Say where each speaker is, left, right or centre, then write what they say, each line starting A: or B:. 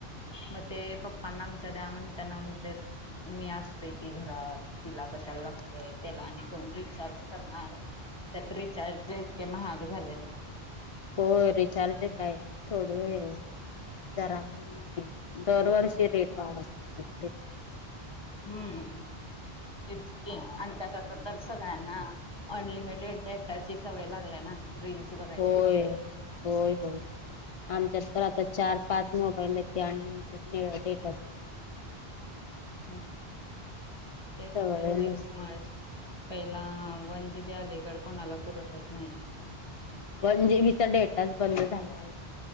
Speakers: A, on the left; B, on the left.
A: मग ते पप्पांना आमच्या द्या म्हण त्यांना म्हण मी असतोय की घरात तिला कशाला लागतय त्याला आणि कोण रिचार्ज करणार त्यात रिचार्ज इतके महाग झालेत.
B: हो रिचार्ज काय थोडे जरा का मी दरवर्षी रेट वाढत असत
A: हम्म
B: <unintelligible>
A: आणि त्यात आता तर सगळ्यांना अनलिमिटेड डेटा ची सवय लागली ना रील्स बघायसाठी
B: होय होय होय आमच्यात तर आता चार पाच मोबाईल आहेत ते अनलिमिटेड डेटा
A: ह ते सगळे
B: सवय
A: रिल्समुळेच
B: नसते
A: पहिला वन जीबी अलीकड कोणाला पुरतच नाहीये.
B: वन जीबी चा डेटाच बंद झाला आहे